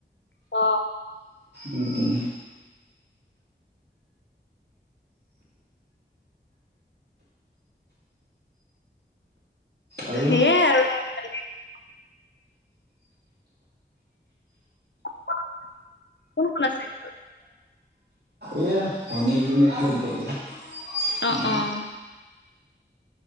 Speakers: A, on the left; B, on the right.
A: অ।
B: উম উম।
A: সেইয়াই
B: আৰু
A: আৰু <unintelligible> <unintelligible> কোন কোন আছে ঘৰত?
B: এয়া ভনি এজনী আছিলে গ'লে। ইমান
A: অ অ।